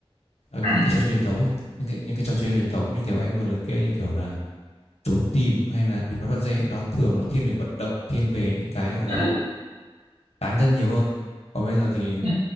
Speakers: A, on the left; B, on the right.
A: Ờ,
B: Ừ.
A: những cái trò chơi truyền thống ấy những cái, những cái trò chơi truyền thống như kiểu anh vừa liệt kê như kiểu là trốn tìm hay là bịt mắt bắt dê nó thường nó thiên về vận động thiên về những cái gọi là
B: Ừ.
A: cá nhân nhiều hơn còn bây giờ thì
B: Ừ.